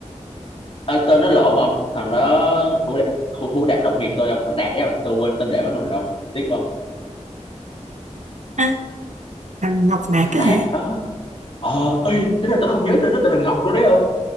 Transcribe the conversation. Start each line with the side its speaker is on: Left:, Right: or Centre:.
Left: Ê, tên nó lộn không thằng đó hữu đạt, hữu, hữu đạt đồng nghiệp tôi không thằng đạt ấy không tôi quên tên để nó luôn rồi không tiếc không
Right: à, thằng Ngọc Đạt
Left: thằng
Right: á
Left: đạt
Right: hả
Left: đó ờ ê tính là tôi không nhớ tên nó tên là Ngọc luôn đấy không